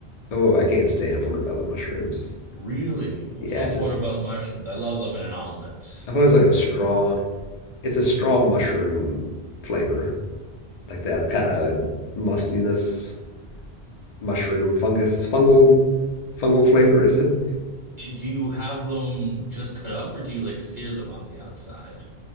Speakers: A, on the left; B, on the right.
A: Oh, I can't stand portobello mushrooms.
B: Really? What's
A: Yeah,
B: wrong
A: just
B: with portobello mushrooms? I love them in an omelet.
A: I thought it was like a strong. It's a strong mushroom flavor, like that kind of mustiness, mushroom, fungus, fungal, fungal flavor. Is it?
B: Do you have them just cut up, or do you like sear them on the outside?